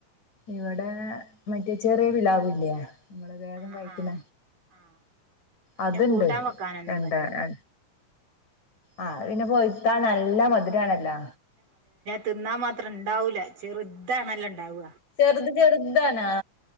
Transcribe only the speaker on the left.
ഇവിടെ മറ്റേ ചെറിയ പിലാവില്ലേ നമ്മള് വേഗം
കഴിക്ക്ണ.
അതുണ്ട്
എന്താ
അ ആ പിന്നെ പോയിത്താ നല്ല മധുരണല്ലോ
ചെറുത് ചെറുതണാ ആ